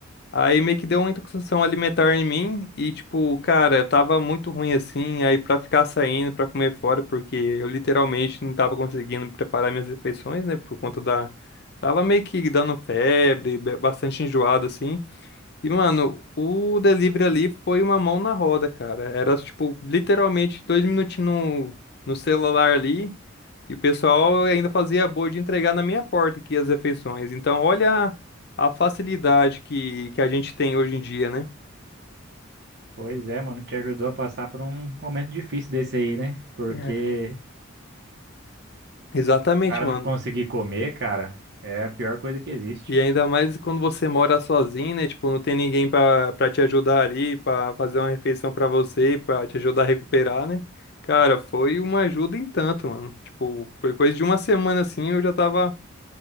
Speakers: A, on the left (about 50°); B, on the right (about 50°).
A: Aí meio que deu uma intoxicação alimentar em mim. E tipo, cara, eu tava muito ruim assim. Aí pra ficar saindo, pra comer fora, porque eu literalmente não tava conseguindo preparar minhas refeições, né? Por conta da. Tava meio que dando febre, be- bastante enjoado assim. E, mano, o delivery ali foi uma mão na roda, cara. Era, tipo, literalmente dois minutinhos no, no celular ali. E o pessoal ainda fazia boa de entregar na minha porta aqui as refeições. Então, olha a facilidade que, que a gente tem hoje em dia, né?
B: Pois é, mano, te ajudou a passar por um momento difícil desse aí, né? Porque
A: É. Exatamente,
B: o cara
A: mano.
B: não conseguir comer, cara, é a pior coisa que existe.
A: E ainda mais quando você mora sozinho, né? Tipo, não tem ninguém pra para te ajudar ali, pra fazer uma refeição pra você, pra te ajudar a recuperar, né? Cara, foi uma ajuda em tanto, mano. Tipo, foi coisa de uma semana assim, eu já tava